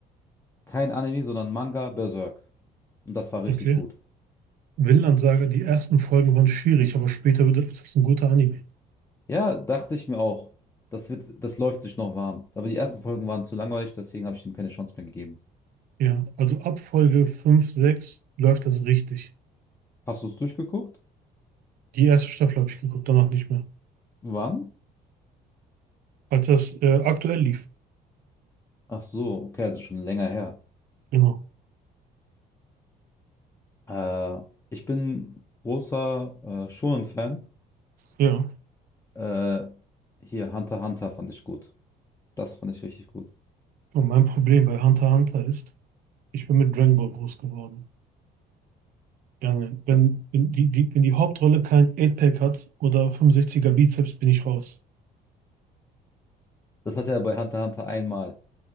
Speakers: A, on the left (about 15°); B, on the right (about 55°).
A: kein Anime, sondern Manga Berserk. Und das war richtig
B: okay.
A: gut.
B: Vinland Saga, die ersten Folgen waren schwierig, aber später wird es ist ein guter Anime.
A: Ja, dachte ich mir auch. Das wird, das läuft sich noch warm. Aber die ersten Folgen waren zu langweilig, deswegen habe ich ihm keine Chance mehr gegeben.
B: Ja, also ab Folge 5, 6 läuft das richtig.
A: Hast du es durchgeguckt?
B: Die erste Staffel habe ich geguckt, danach nicht mehr.
A: Wann?
B: Als das äh, aktuell lief.
A: Ach so, okay, also schon länger her.
B: Genau.
A: Äh, ich bin großer äh, Shonen-Fan.
B: Ja.
A: Äh, hier, Hunter x Hunter fand ich gut. Das fand ich richtig gut.
B: Und mein Problem bei Hunter x Hunter ist, ich bin mit Dragon Ball groß geworden. Ja, nein.
A: Das,
B: Wenn, wenn, die, die, wenn die Hauptrolle kein 8-Pack hat oder 65er Bizeps, bin ich raus.
A: das hatte er bei Hunter x Hunter einmal.